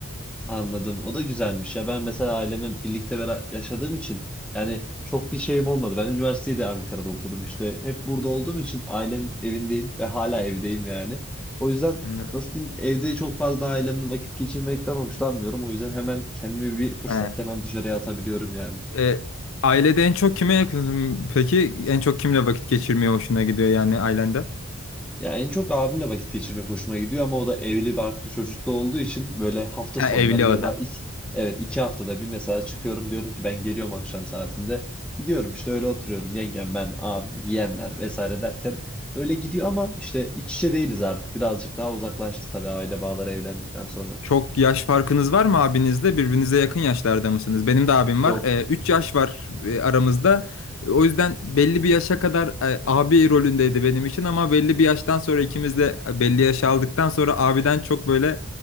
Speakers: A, in the centre; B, on the left.
A: Anladım. O da güzelmiş ya. Ben mesela ailemle birlikte bera- yaşadığım için yani çok bir şeyim olmadı. Ben üniversiteyi de Ankara'da okudum işte. Hep burada olduğum için ailemin evindeyim ve hala evdeyim yani. O yüzden
B: Anladım.
A: nasıl diyeyim evde çok fazla ailemle vakit geçirmekten hoşlanmıyorum. O yüzden hemen kendimi bir fırsatta
B: He.
A: hemen dışarıya atabiliyorum yani.
B: E, ailede en çok kime yakınsın? Peki en çok kimle vakit geçirmeye hoşuna gidiyor yani ailende?
A: Ya en çok abimle vakit geçirmek hoşuma gidiyor ama o da evli barklı çocuklu olduğu için böyle hafta
B: Ha,
A: sonları
B: evli
A: ya
B: o
A: da
B: da.
A: iki, evet iki haftada bir mesela çıkıyorum diyorum ki ben geliyorum akşam saatinde. Gidiyorum işte öyle oturuyorum yengem ben abim yeğenler vesaire derken öyle gidiyor ama işte iç içe değiliz artık birazcık daha uzaklaştı tabii aile bağları evlendikten sonra.
B: Çok yaş farkınız var mı abinizle? Birbirinize yakın yaşlarda mısınız? Benim de abim
A: Yok
B: var. Ee, üç yaş var e, aramızda. E, O yüzden belli bir yaşa kadar e, abi rolündeydi benim için ama belli bir yaştan sonra ikimiz de e, belli yaş aldıktan sonra abiden çok böyle